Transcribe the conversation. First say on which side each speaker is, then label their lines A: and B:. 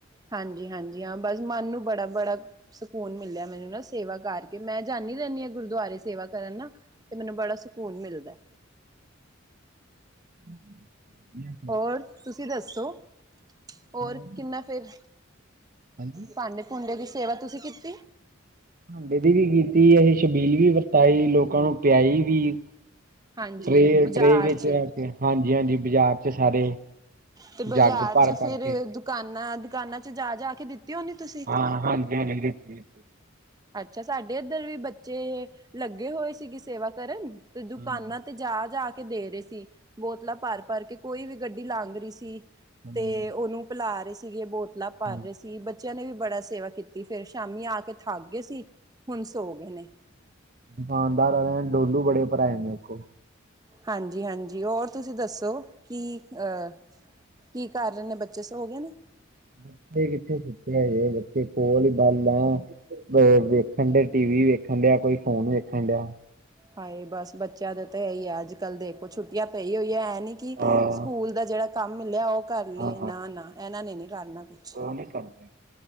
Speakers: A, on the right; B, on the right.
A: ਹਾਂਜੀ-ਹਾਂਜੀ ਹਾਂ ਬਸ ਮਨ ਨੂੰ ਬੜਾ-ਬੜਾ ਸਕੂਨ ਮਿਲਿਆ ਮੈਨੂੰ ਮੈਨੂੰ ਨਾ ਸੇਵਾ ਕਾਰਕੇ ਮੈਂ ਜਾਣੀ ਰੈਨੀ ਆਂ ਗੁਰਦੁਆਰੇ ਸੇਵਾ ਕਰਨ ਨਾ ਤੇ ਮੈਨੂੰ ਬੜਾ ਸਕੂਨ ਮਿਲਦੈ।
B: <inaudible> ਫਿਰ
A: ਔਰ ਤੁਸੀ ਦੱਸੋ? ਹੋਰ
B: ਮੈਂ
A: ਕਿੰਨਾ ਫੇਰ
B: ਹਾਂਜੀ
A: ਪਾਂਡੇ-ਪੁੰਡੇ ਦੀ ਸੇਵਾ ਤੁਸੀ ਕੀਤੀ?
B: ਪਾਂਡੇ ਦੀ ਵੀ ਕੀਤੀ, ਅਹੀ ਛਬੀਲ ਵੀ ਵਰਤਾਈ, ਲੋਕਾਂ ਨੂੰ ਪਿਆਈ ਵੀ।
A: ਹਾਂਜੀ
B: ਟਰੇਅ-ਟਰੇਅ
A: ਬਾਜ਼ਾਰ
B: ਵਿੱਚ
A: ਚ
B: ਰੱਖ ਕੇ ਹਾਂਜੀ-ਹਾਂਜੀ ਬਾਜ਼ਾਰ ਚ ਸਾਰੇ।
A: ਤੇ ਬਾਜ਼ਾਰ
B: ਜੱਗ ਭਰ
A: ਚ
B: ਭਰ
A: ਫਿਰ
B: ਕੇ
A: ਦੁਕਾਨਾਂ-ਦੁਕਾਨਾਂ ਚ ਜਾ-ਜਾ ਕੇ ਦਿਤੀ ਹੋਣੀ ਤੁਸੀ?
B: ਹਾਂ ਹਾਂਜੀ-ਹਾਂਜੀ <unintelligible> ਦਿਤੀ।
A: ਅੱਛਾ ਸਾਡੇ ਏਧਰ ਵੀ ਬੱਚੇ ਲਗੇ ਹੋਏ ਸੀਗੇ ਸੇਵਾ ਕਰਨ ਤੇ ਦੁਕਾਨਾਂ
B: ਹਾਂਜੀ
A: ਤੇ ਜਾ-ਜਾ ਕੇ ਦੇ ਰੇ ਸੀ ਬੋਤਲਾਂ ਪਰ-ਪਰ ਕੇ ਕੋਈ ਵੀ ਗੱਢੀ ਲੰਘ ਰੀ ਸੀ।
B: ਹਾਂਜੀ
A: ਤੇ ਉਨੂੰ ਪਲਾ ਰੇ ਸੀਗੇ ਬੋਤਲਾਂ ਭਰ
B: ਹਾਂਜੀ
A: ਰੇ ਸੀ ਬ ਚਿਆਂ ਨੇ ਵੀ ਬੜਾ ਸੇਵਾ ਕੀਤੀ ਫੇਰ ਸ਼ਾਮੀ ਆ ਕੇ ਥੱਕ ਗੇ ਸੀ ਹੁਣ ਸੋ ਗੇ ਨੇ।
B: ਦੁਕਾਨਦਾਰਾ ਨੇ ਡੋਲੂ ਬੜੇ ਭਰਾਏ ਮੇਕੋ।
A: ਹਾਂਜੀ-ਹਾਂਜੀ ਹੋਰ ਤੁਸੀ ਦੱਸੋ? ਕੀ ਅ ਕੀ ਕਰ ਰੇ ਨੇ ਬੱਚੇ ਸੋਗੇ ਨੇ?
B: ਬੱਚੇ ਕਿੱਥੇ ਸੁੱਤੇ ਹਜ਼ੇ ਬੱਚੇ ਕੋਲ ਈ <unintelligible> ਵ ਵੇਖਣ ਡੇ ਟੀ ਵੀ ਵੇਖਣ ਡਿਆ, ਕੋਈ ਫੋਨ ਵੇਖਣ ਡਿਆ।
A: ਹਾਏ ਬਸ ਬੱਚਿਆਂ ਦੇ ਤੇ ਐਈ ਐ ਅੱਜ-ਕੱਲ੍ਹ ਦੇਖੋ ਛੁੱਟੀਆਂ ਪਈ ਹੋਈਐ ਨੀ ਕੀ
B: ਹਾਂ
A: ਸਕੂਲ ਦਾ ਜੇੜਾ ਕੰਮ ਮਿਲਿਆ ਓ ਕਰ ਲੀਏ
B: ਹਾਂ
A: ਨਾ-ਨਾ ਐਨਾ ਨੇ ਨੀ ਕਰਨਾ ਕੁੱਛ।
B: ਹੁਣੇ <unintelligible>